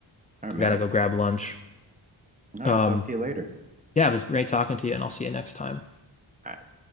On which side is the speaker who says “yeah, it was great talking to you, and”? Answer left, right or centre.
Left